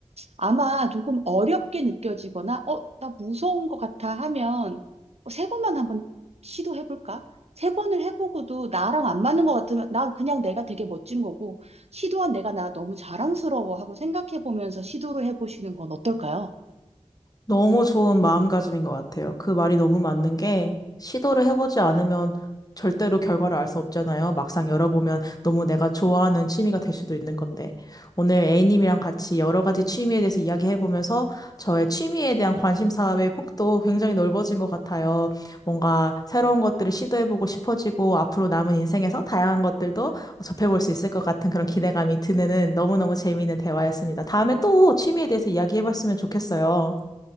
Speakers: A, on the right; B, on the left.
A: 아마 조금 어렵게 느껴지거나, 어, 나 무서운 것 같아 하면 어, 세 번만 한번 시도해볼까? 세 번을 해보고도 나랑 안 맞는 것 같으면 나 그냥 내가 되게 멋진 거고, 시도한 내가 나 너무 자랑스러워 하고 생각해보면서 시도를 해보시는 건 어떨까요?
B: 너무 좋은 마음가짐인 것 같아요. 그 말이 너무 맞는 게 시도를 해보지 않으면 절대로 결과를 알 수 없잖아요. 막상 열어보면 너무 내가 좋아하는 취미가 될 수도 있는 건데. 오늘 A님이랑 같이 여러 가지 취미에 대해서 이야기해보면서 저의 취미에 대한 관심사의 폭도 굉장히 넓어진 것 같아요. 뭔가 새로운 것들을 시도해보고 싶어지고 앞으로 남은 인생에서 다양한 것들도 접해볼 수 있을 것 같은 그런 기대감이 드는 너무너무 재미있는 대화였습니다. 다음에 또 취미에 대해서 이야기해봤으면 좋겠어요.